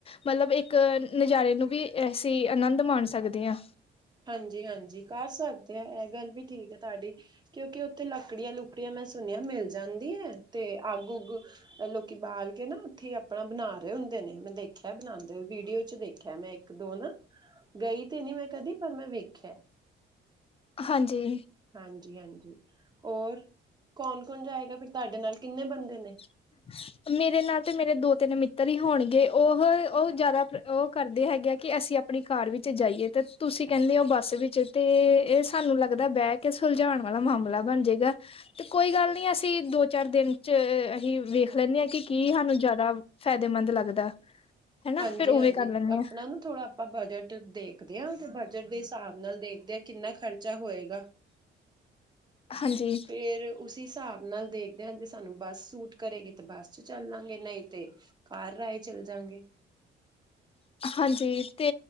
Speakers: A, on the left; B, on the right.
A: ਮੱਤਲਬ ਇੱਕ ਨਜ਼ਾਰੇ ਨੂੰ ਵੀ, ਅਸੀਂ ਆਨੰਦ ਮਾਣ ਸਕਦੇ ਹਾਂ।
B: ਹਾਂਜੀ ਹਾਂਜੀ ਕਰ ਸਕਦੇ ਹਾਂ, ਇਹ ਗੱਲ ਵੀ ਠੀਕ ਹੈ। ਤੁਹਾਡੀ, ਕਿਉਂਕਿ ਉੱਥੇ ਲੱਕੜੀਆਂ ਲੁਕੜੀਆਂ ਮੈਂ ਸੁਣਿਆ ਮਿਲ ਜਾਂਦੀ ਹੈ, ਤੇ ਅੱਗ ਉੱਗ ਲੋਕੀ ਬਾਲ ਕੇ ਨਾ ਉੱਥੇ ਹੀ ਆਪਣਾ ਬਣਾ ਰਹੇ ਹੁੰਦੇ ਨੇ, ਮੈਂ ਦੇਖਿਆ ਬਣਾਉਂਦੇ ਹੋ ਵੀਡੀਓ ਚ ਦੇਖ ਵੇਖਿਆ ਮੈਂ ਇੱਕ ਦੋ ਨਾ, ਗਈ ਤੇ ਨੀ ਮੈਂ ਕਦੀ। ਪਰ ਮੈਂ ਵੇਖਿਆ
A: ਹਾਂਜੀ
B: ਹਾਂਜੀ ਹਾਂਜੀ, ਹੋਰ, ਕੌਣ ਕੌਣ ਜਾਏਗਾ, ਫਿਰ ਤੁਹਾਡੇ ਨਾਲ ਕਿੰਨੇ ਬੰਦੇ ਨੇ।
A: ਹ <unintelligible> ਮੇਰੇ ਨਾਲ ਤੇ ਮੇਰੇ ਦੋ ਤਿੰਨ ਮਿੱਤਰ ਹੀ ਹੋਣਗੇ, ਉਹ ਉਹ ਜ਼ਿਆਦਾ ਉਹ ਕਰਦੇ ਹੈਗੇ ਆ, ਕਿ ਅਸੀਂ ਆਪਣੀ ਕਾਰ ਵਿੱਚ ਜਾਈਏ, ਤੇ ਤੁਸੀਂ ਕਹਿੰਦੇ ਹੋ ਬੱਸ ਵਿੱਚ, ਤੇ ਇਹ ਸਾਨੂੰ ਲੱਗਦਾ ਬੈਗ ਏ ਸੁਲਝਾਉਣ ਵਾਲਾ ਮਾਮਲਾ ਬਣ ਜਾਏਗਾ, ਤੇ ਕੋਈ ਗੱਲ ਨਹੀਂ, ਅਸੀਂ ਦੋ ਚਾਰ ਦਿਨ 'ਚ ਅਸੀਂ ਵੇਖ ਲੈਂਦੇ ਹਾਂ ਕਿ ਕੀ ਸਾਨੂੰ ਜ਼ਿਆਦਾ ਫਾਇਦੇ ਮੰਦ ਲੱਗਦਾ ਹਨਾ
B: ਹਾਂਜੀ
A: ਫੇਰ ਉਵੇਂ
B: ਹਾਂਜੀ,
A: ਕਰ ਲੈਂਦੇ
B: ਆਪਣਾ
A: ਹਾਂ
B: ਨਾ ਥੋੜ੍ਹਾ ਆਪਾਂ ਬਜ਼ਟ ਦੇਖਦੇ ਹਾਂ, ਤੇ ਬਜ਼ਟ ਦੇ ਹਿਸਾਬ ਨਾਲ ਦੇਖਦੇ ਆਂ, ਕਿੰਨਾ ਖ਼ਰਚਾ ਹੋਏਗਾ।
A: ਹਾਂਜੀ
B: ਫੇਰ ਉਸੀ ਹਿਸਾਬ ਨਾਲ ਦੇਖਦੇ ਆ, ਜੇ ਸਾਨੂੰ ਬੱਸ ਸੂਟ ਕਰੇਗੀ, ਤੇ ਬੱਸ ਚ ਚੱਲ ਲਾਂਗੇ, ਨਹੀਂ ਤੇ ਕਾਰ ਰਾਏ ਚੱਲ ਜਾਂਗੇ।
A: ਹਾਂਜੀ, ਤੇ